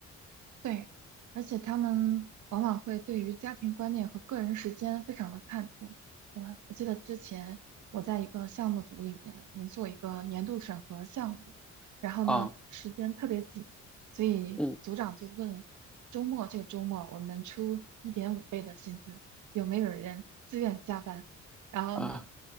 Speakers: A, on the right; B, in the centre.
A: 对，而且他们往往会对于家庭观念和个人时间非常的看重。我我记得之前我在一个项目组里面，我们做一个年度审核项目，然后呢时间特别紧，
B: 啊，
A: 所以组长就问周末这个周末我们出一点五倍的薪资，
B: 嗯
A: 有没有人自愿加班？然后呢，
B: 啊。